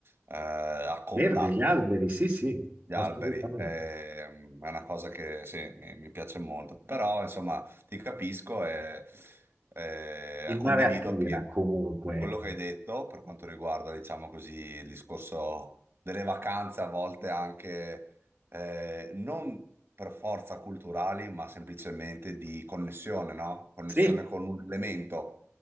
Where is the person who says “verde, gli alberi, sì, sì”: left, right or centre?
Right